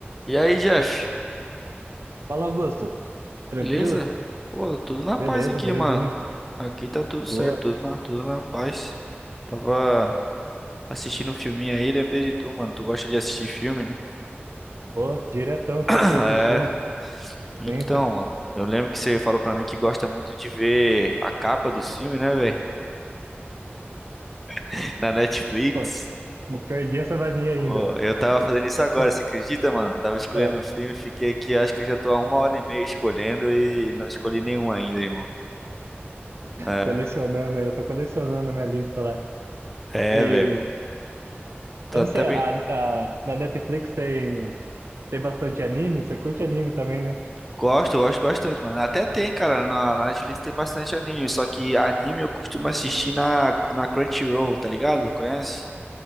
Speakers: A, in the centre; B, on the right (about 85°).
A: E aí, Jeff?
B: Fala, Augusto. Tranquilo?
A: Beleza? Pô, tudo na paz
B: Beleza,
A: aqui,
B: belezinha.
A: mano. Aqui tá tudo certo,
B: Boa.
A: tudo na, tudo na paz. Tava assistindo um filminho aí, lembrei de tu, mano. Tu gosta de assistir filme, né?
B: Pô, diretão, tô
A: <clears throat>
B: aqui assistindo,
A: É. Então,
B: sempre.
A: mano, eu lembro que você falou pra mim que gosta muito de ver a capa do filme, né, velho? <laughs> Na Netflix.
B: Pô, não perdi essa mania ainda.
A: Pô, eu tava fazendo isso agora,
B: Tá,
A: você acredita, mano? Tava escolhendo
B: é,
A: um filme, fiquei aqui, acho que já tô há uma hora e meia escolhendo e não escolhi nenhum ainda, irmão. É,
B: colecionando aí, eu tô colecionando a minha lista lá.
A: é,
B: E
A: velho. Tô
B: eu
A: até,
B: não sei, a, a- na Netflix tem, tem bastante anime, você curte anime também, né?
A: Gosto, eu gosto bastante, mano. Até tem, cara, na, na Netflix tem bastante anime, só que anime eu costumo assistir na, na Crunchyroll, tá ligado? Conhece?